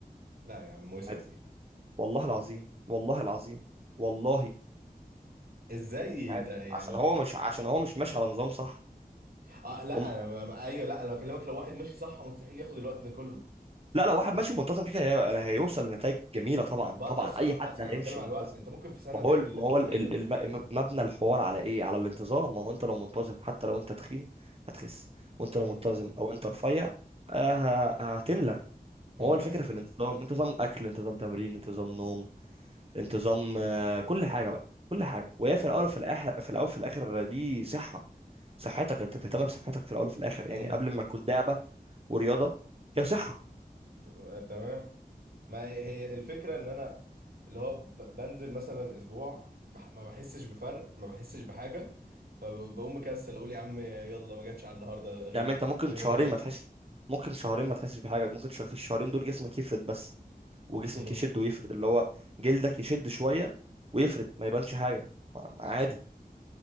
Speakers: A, on the right; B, on the right.
A: لا يا عم وسعت
B: عادي
A: دي
B: والله العظيم والله العظيم والله
A: ازاي
B: عادي
A: انت يعني
B: عشان هو مش عشان هو مش ماشي على نظام صح
A: اه لا
B: وم...
A: انا ب- ايوه لا انا بكلمك لو واحد ماشي صح مستحيل ياخد الوقت ده كله
B: لا لا واحد ماشي منتظم كده كده هي- يعني هيوصل لنتائج جميله طبعا
A: بقى
B: طبعا
A: اسرع
B: اي حد
A: اسرع
B: هيمشي
A: انا بتكلم على
B: منتظم
A: الوقت انت ممكن في سنه
B: ما
A: تعمل
B: هو
A: اللي
B: ما
A: انت
B: هو
A: بتقول
B: ال-
A: عليه
B: ال-
A: ده
B: الم- مبنى الحوار على ايه على الانتظام ما هو انت لو منتظم حتى لو انت تخين هتخس وانت
A: امم
B: لو منتظم او انت رفيع آه، ه- هتملى
A: انا
B: هو
A: فاهم
B: الفكرة في الانتظام انت نظام أكل انت نظام تمرين انت نظام نوم انت نظام آه، كل حاجة بقى كل حاجة وهي في الأول وفي الآخر في الأول وفي الآخر دي صحة صحتك انت بتهتم بصحتك في الأول وفي الآخر
A: امم
B: يعني قبل ما تكون لعبة ورياضة هي صحة
A: آه، تمام ما هي هي الفكرة ان انا اللي هو ب- بنزل مثلا اسبوع بح ما بحسش بفرق ما بحسش بحاجة فبقوم مكسل اقول يا عم يلا ما جاتش على النهاردة اغيب
B: يعني انت ممكن
A: اليوم
B: شهرين
A: اللي بعده
B: ما تحس ممكن شهرين ما تحسش بحاجة ممكن ش... في الشهرين دول جسمك يفرد بس وجسمك
A: امم
B: يشد ويفرد اللي هو جلدك يشد شوية ويفرد ما يبانش حاجة ما- ما عادي